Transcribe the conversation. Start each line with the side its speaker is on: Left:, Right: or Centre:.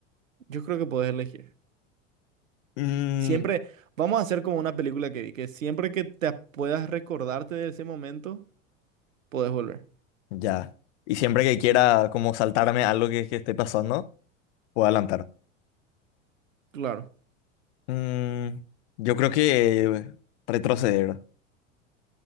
Right: yo creo que podés elegir.
Left: Mm,
Right: Siempre, vamos a hacer como una película que vi, que siempre que te puedas recordarte de ese momento, podés volver.
Left: ya. Y siempre que quiera como saltarme algo que, que esté pasando, puedo adelantar.
Right: Claro.
Left: Mm, yo creo que retroceder.